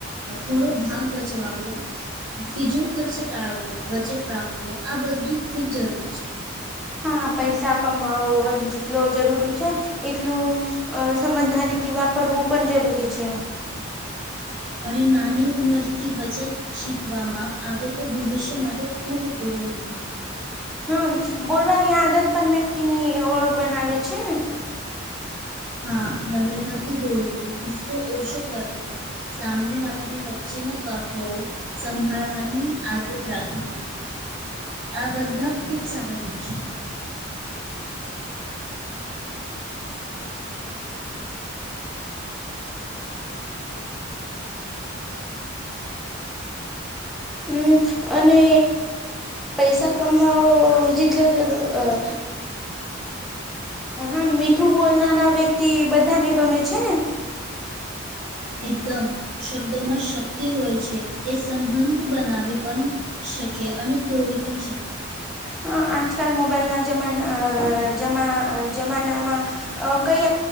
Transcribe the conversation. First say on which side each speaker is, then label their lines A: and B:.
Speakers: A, on the right (about 75°); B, in the centre.
A: થોડો ભાગ બચવાવું ફિજૂલ ખર્ચ ટાળવો, બજેટ રાખવો, આ બધું ખૂબ જરૂરી છે.
B: હા પૈસા કમાઓ જેટલો જરૂરી છે, એટલું અહ સમજધારીથી વાપરવું પણ જરૂરી છે.
A: અને નાની ઉંમરથી બચત શીખવામાં આવે તો ભવિષ્ય માટે ખૂબ ઉપયોગી બને.
B: હમ્મ. બોલવાની આદત પણ વ્યક્તિની ઓળખ બનાવે છે ને.
A: હા. નમ્રતાથી બોલવું, ગુસ્સો ઓછો કરવો. સામનેવાલાને વચ્ચે ના કાપવો. સંભાળવાની આદત રાખવી આ બધા ખુબ સારા ગુણ છે.
B: હમ્મ. અને પૈસા કમાવાવો જેટલો જર અહ હા. મીઠું બોલનારા વ્યક્તિ બધાને ગમે છે ને.
A: એકદમ. શબ્દોમાં જ શક ક્તિ હોય છે. એ સંબંધ બનાવી પણ શકે અને તોડી પણ શકે.
B: હા. આજકાલ મોબાઈલના જમાન અહ જમા જમાનામાં અહ કયા